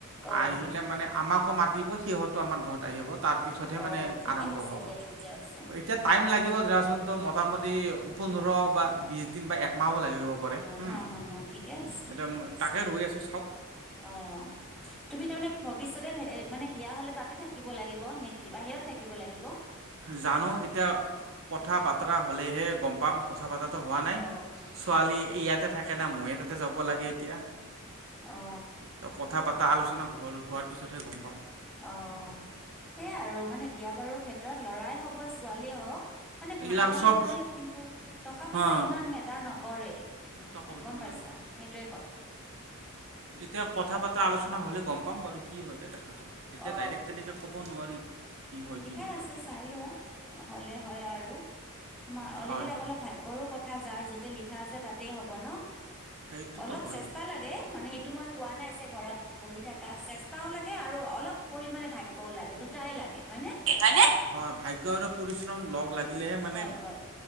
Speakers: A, in the centre; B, on the right (about 65°).
A: অ'
B: আহিলে মানে আমাকো মাতিব, সিহঁতো আমাৰ ঘৰত আহিব। তাৰ পিছত হে
A: অ
B: মানে
A: ঠিকে
B: আৰাম্ভ
A: আছে
B: হ'ব।
A: দিয়া ঠিকে আছে
B: এতিয়া টাইম লা লাগিব ধৰাচোন তো মোটামটি পোন্ধৰ বা বিছ দিন বা একমাহো লাগিব পাৰে। উম,
A: হ হ হ, ঠিকে আছে।
B: এতিয়া তাকে ৰৈ আছো।
A: অ' তুমি তাৰমানে ভৱিষ্যতে থা এ মানে বিয়া হ'লে তাতে থাক কিব লাগিব নেকি বাহিৰত থাকিব লাগিব?
B: জানো এতিয়া কথা বাতৰা হলেহে গম পাম কথা পাতা হোৱা নাই,
A: অ
B: ছোৱালী ইয়াতে থাকে না মই এ তাতে যাব লাগে এতিয়া।
A: অ
B: কথা পাতা আলোচনা হ - হোৱাৰ পিছতহে গম পাম।
A: অ' সেয়াই আৰু মানে বিয়া বাৰুৰ ক্ষেত্ৰত ল'ৰাই হওক বা ছোৱালীয়ে হওক মানে
B: এইগিলাক
A: ভাল হলে
B: চব
A: হ'ল কিন্তু টকা
B: হা
A: পইচা ইমান মেটাৰ নকৰে।
B: টকা পইচা
A: গম
B: চিন্তা
A: পাইছা
B: নকৰা।
A: সেইটোৱে কথা।
B: এতিয়া কথা পাতা আলোচনা হলে গম পাম বাৰু কি হয় এতিয়া দেখা যাক। এতিয়া
A: অ
B: ডাইৰেক্ট তেনেকে ক'ব নোৱাৰি। কি হয়
A: ঠিকে
B: কি নহয়।
A: আছে চাই লোৱা হলে হয় আৰু। তোমাৰ অলিবিলাক
B: হয় হয়
A: অলপ ভাগ্যৰো কথা যাৰ য'ত তে লিখা আছে তাতে হ'ব ন!
B: সেইটোতো
A: অলপ
B: হয়েই
A: চেষ্টা লাগে মানে এইটো মই কোৱা নাই যে ঘৰত পঢ়ি থাকা চেষ্টাও লাগে আৰু অলপ পৰিমাণে ভাগ্যও লাগে দুটাই লাগে। হয়নে?
B: হয়নে? হয় ভাগ্য আৰু পৰিশ্ৰম লগ লাগিলেহে মানে
A: হয় হয়